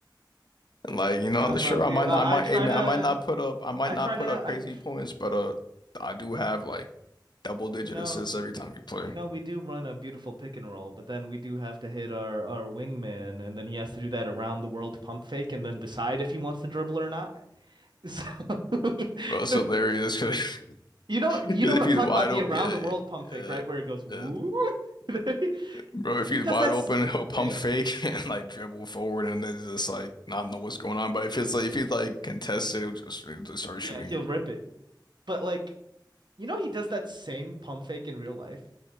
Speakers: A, on the left; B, on the right.
A: And like, you know,
B: Nah, but
A: sure,
B: we
A: I might
B: uh,
A: not, I might,
B: I try
A: hey man,
B: to
A: I might not put up, I might
B: I
A: not
B: try
A: put
B: to
A: up crazy
B: I tr-
A: points, but uh, I do have like double digit
B: you know
A: assists every time you play.
B: you know we do run a beautiful pick and roll, but then we do have to hit our our wingman, and then he has to do that around the world pump fake, and then decide if he wants to dribble or not. So, <laughs>
A: Bro, it's hilarious because
B: you know,
A: <laughs>
B: you know what
A: if
B: I'm
A: he's
B: talking
A: wide
B: about, the
A: open,
B: around
A: yeah,
B: the world pump fake,
A: uh,
B: right? Where it goes, woo.
A: uh,
B: <laughs>
A: bro, if he's
B: He does
A: wide
B: that.
A: open,
B: s-
A: <laughs> he'll pump
B: Yeah,
A: fake <laughs> and like dribble forward and then just like not know what's going on. But if it's like if he's like contested, he'll just, he'll just start
B: yeah,
A: shooting.
B: he'll rip it. But like, you know, he does that same pump fake in real life.